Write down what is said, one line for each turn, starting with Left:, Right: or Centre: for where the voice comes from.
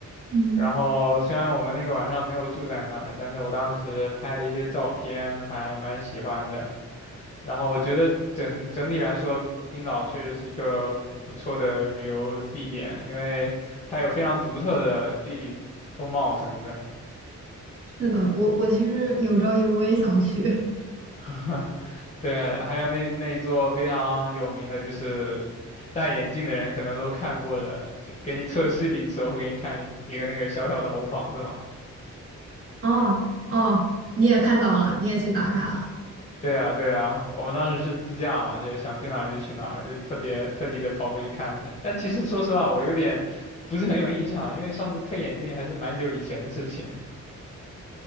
Right: 嗯，
Left: 然后虽然我们那个晚上没有住在那儿，但是我当时拍了一些照片，还蛮喜欢的。然后我觉得整整体来说，冰岛确实是一个不错的旅游地点，因为它有非常独特的地理风貌什么的。
Right: 是的，我我其实有朝一日我也想去。
Left: <laughs> 对，还有那那一座非常有名的，就是戴眼镜的人可能都看过的，就给你测视力的时候会给你看一一个那个小小的红房子嘛，
Right: 哦哦，你也看到了，你也去打卡了，
Left: 对呀，对呀，我们当时是自驾嘛，就想去哪儿就去哪儿，就特别特地的跑过去看了一下。但其实说实话，我有点不是很有印象了，因为上次配眼镜还是蛮久以前的事情。<laughs>